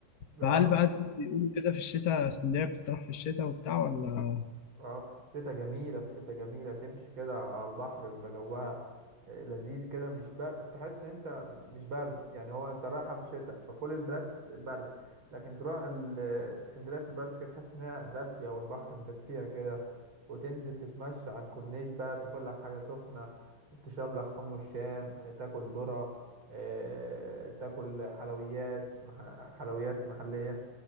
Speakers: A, on the right; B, on the left.
A: اه
B: فهل بقى زي ما بيقولوا كده في الشتاء اسكندرية بتتراح في الشتاء وبتاع ولا
A: اه في شتا جميلة في شتا جميلة تمشي كده على البحر بيبقى جوها آه، لذيذ كده مش برد تحس ان انت مش برد يعني هو انت رايحة في الشتاء فكل البلاد برد لكن تروح ال- آه، اسكندرية في البرد كده تحس انها دافية والبحر مدفيها كده وتنزل تتمشى على الكورنيش بقى تاكل لك حاجة سخنة تشرب لك حم الشام آه، تاكل ذرة آه، تاكل حلويات مح- حلويات محلية